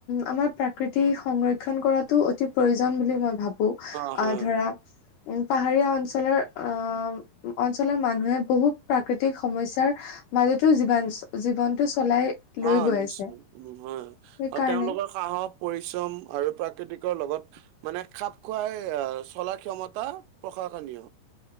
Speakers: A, on the left; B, on the right.
A: আমাৰ প্ৰকৃতিক সংৰক্ষণ কৰাটো অতি প্ৰয়োজন বুলি মই ভাবোঁ।
B: অ
A: আহ
B: হয়
A: ধৰা উম, পাহাৰীয়া অঞ্চলৰ আহ অঞ্চলৰ মানুহে বহুত প্ৰাকৃতিক সমস্যাৰ মাজতো জীবাঞ্চল জীৱনটো চলাই লৈ
B: অ'
A: গৈ
B: নিশ্চয়।
A: আছে
B: উম, হয়
A: সেইকাৰণে
B: আৰু তেওঁলোকৰ সাহস পৰিশ্ৰম পৰিশ্ৰম আৰু প্ৰাকৃতিকৰ লগত মানে খাপ খুৱাই আহ চলা ক্ষমতা প্ৰশাসনীয় নিয়ম